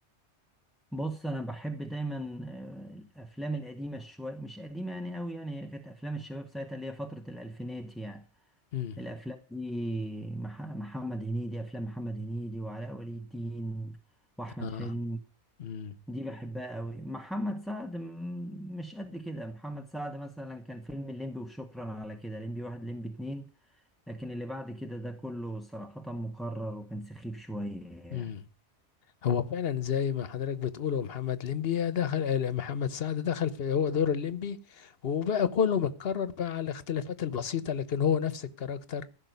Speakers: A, in the centre; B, on the left (about 60°).
A: بص انا بحب دايما آه، الافلام القديمه شويه مش قديمه يعني قوي يعني هي كانت افلام الشباب ساعتها اللي هي فتره الالفينات يعني
B: امم
A: الافلام دي مح- محمد هنيدي افلام محمد هنيدي وعلاء ولي الدين واحمد
B: اه
A: حلمي
B: امم
A: دي بحبها قوي محمد سعد م- مش قد كده محمد سعد مثلا كان فيلم الليمبي وشكرا على كده الليمبي واحد الليمبي اتنين لكن اللي بعد كده ده كله صراحه مكرر وكان سخيف شويه يعني
B: امم هو فعلا زي ما حضرتك بتقول هو محمد ليمبي دخل آه، محمد سعد دخل في هو دور الليمبي وبقى كله متكرر بقى على الاختلافات البسيطه لكن هو نفس الكاركتر